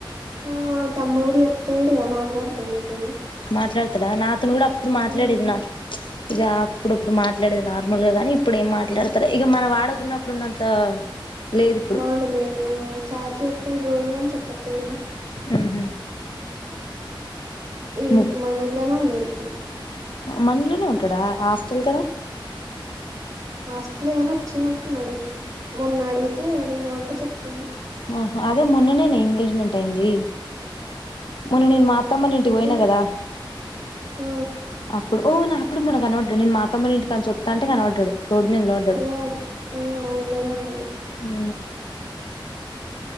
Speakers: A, on the right; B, on the left.
A: ఆ వాళ్ళ తమ్ముడు కూడా చెప్తన్నాడుగా మాట్లాడతోను నాతోను.
B: మాట్లాడతడా నాతోను కూడా అప్పుడు మాట్లాడేది
A: ఉమ్
B: నా చ్ ఇక అప్పుడప్పుడు మాట్లాడేది నార్మల్ గా గాని ఇప్పుడు ఏం మాట్లాడతల్య ఇక మన వాడకున్నప్పుడున్నంత. లేదు ఇప్పుడు
A: బాగుండు లేదు ఆ చాట్ చేస్తాడు రోజుగాని చెప్పట్లేడుగా.
B: ఉహు
A: ఇండుకు
B: ము
A: మన ఊర్లోనే ఉన్నడిప్పుడు
B: మనలోనే ఉంటాడా హాస్టల్ కదా
A: హాస్టలే గాని వచ్చినట్టున్నాడు మొన్న అడగితే ఏడున్నవ్ అంటే చెప్పిండ్య.
B: ఆహ అదే మొన్ననేనే ఎంగేజ్మెంట్ అయింది. మొన్న
A: అవునా
B: నేను మా అత్తమ్మ ఇంటికి
A: అందుకే
B: పోయినా కదా
A: ఆ
B: ఆ అప్పుడు ఓనా అక్కడ కూడా కనపడ్డడు, నేను మా అత్తమొల్ల ఇంటికా నుంచి వస్తాంటే కనపడ్డాడు. రోడ్ మీద నిలాబడ్డాడు
A: అదే అదే ఆ ఊర్లోనే ఉన్నాడు
B: ఉ